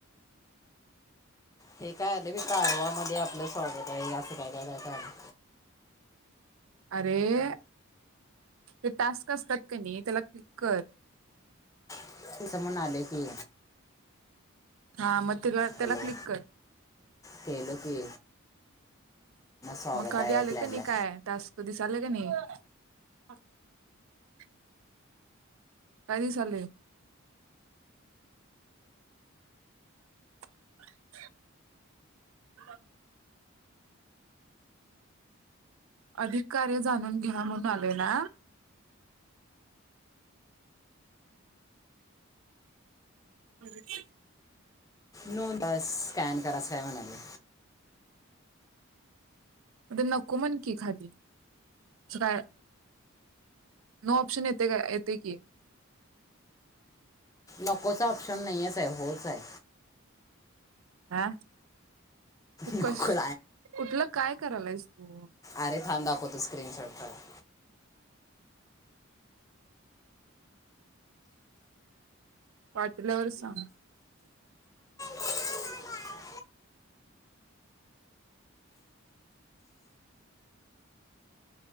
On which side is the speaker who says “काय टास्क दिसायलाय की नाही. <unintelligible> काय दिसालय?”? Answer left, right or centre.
Right